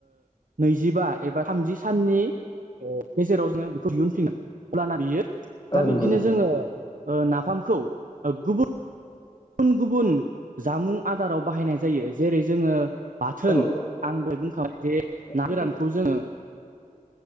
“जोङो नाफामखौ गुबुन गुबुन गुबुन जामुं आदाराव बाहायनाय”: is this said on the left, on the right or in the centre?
Right